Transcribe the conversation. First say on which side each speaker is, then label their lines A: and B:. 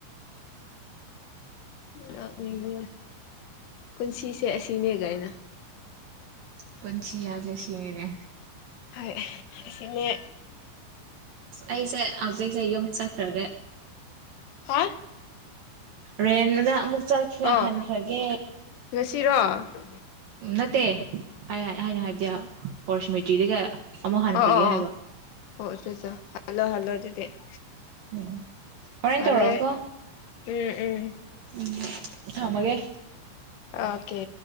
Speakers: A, on the left (about 80°); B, on the right (about 65°).
A: ꯅꯦ ꯄꯨꯟꯁꯤꯁꯦ ꯑꯁꯤꯅꯦ ꯀꯩ ꯅꯣ
B: ꯄꯨꯟꯁꯤ ꯍꯥꯌꯕꯁꯦ ꯑꯁꯤꯅꯤꯅꯦ
A: ꯍꯣꯏ ꯑꯁꯤꯅꯦ
B: ꯑꯩꯁꯦ ꯍꯧꯖꯤꯛꯁꯦ ꯌꯨꯝ ꯆꯠꯈ꯭ꯔꯒꯦ
A: ꯍꯥ
B: ꯔꯦꯟꯗ ꯑꯃꯨꯛ ꯆꯠꯈ
A: ꯑꯣ
B: ꯍꯟꯈ꯭ꯔꯒꯦ
A: ꯉꯁꯤꯔꯣ ꯑꯣ
B: ꯅꯠꯇꯦ ꯑꯩꯅ ꯍꯥꯏꯕꯗꯤ ꯄꯣꯔꯁꯃꯤꯇ꯭ꯔꯤꯗꯒ ꯑꯃꯨꯛ ꯍꯟꯈ꯭ꯔꯒꯦ
A: ꯑꯣ ꯑꯣ
B: ꯍꯥꯏꯕ
A: ꯑꯣ ꯑꯣ ꯍꯜꯂꯣ ꯍꯜꯂꯣ ꯑꯗꯨꯗꯤ <inaudible>
B: ꯎꯝ ꯍꯣꯔꯦꯟ
A: ꯐꯔꯦ
B: ꯇꯧꯔꯛꯑꯣꯀꯣ
A: ꯎꯝ ꯎꯝ
B: ꯎꯝ ꯊꯝꯃꯒꯦ
A: ꯑꯣꯀꯦ